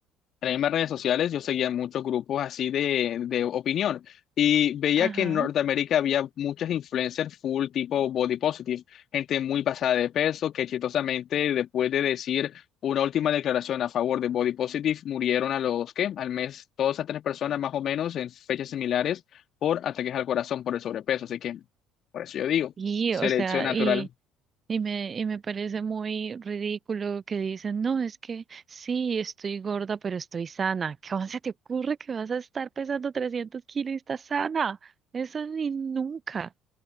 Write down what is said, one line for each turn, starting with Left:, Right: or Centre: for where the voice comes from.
Left: en las mismas redes sociales yo seguía muchos grupos así de, de opinión y veía
Right: Ajá.
Left: que en Norteamérica había muchas influencers full tipo body positive, gente muy pasada de peso que chistosamente después de decir una última declaración a favor de body positive murieron a los que al mes todas esas tres personas más o menos en fechas similares por ataques al corazón por el sobrepeso, así que por eso yo digo,
Right: Y,
Left: selección
Right: o sea,
Left: natural.
Right: y Y me, y me parece muy ridículo que dicen, no, es que sí, estoy gorda, pero estoy sana. ¿Cómo se te ocurre que vas a estar pesando 300 kilos y estás sana? Eso ni nunca,